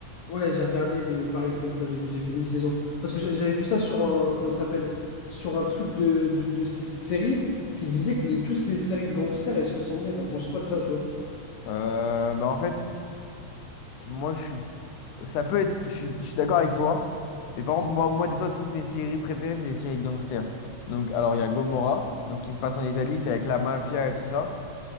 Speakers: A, on the left; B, on the left.
A: Ouais, j'ai regardé, mais pareil, comme toi, j'ai j'ai fait une saison. Parce que j'a- j'avais vu ça sur un, comment ça s'appelle? Sur un truc de, de, de cette série qui disait que les, toutes les séries de gangsters, elles se ressemblaient. T'en penses quoi de ça, toi?
B: euh, bah en fait, moi je suis, ça peut être, je suis, je suis d'accord avec toi, mais par contre, moi, moi dis-toi, toutes mes séries préférées, c'est des séries gangsters. Donc, alors il y a Gomorrah, donc qui se passe en Italie, c'est avec la mafia et tout ça.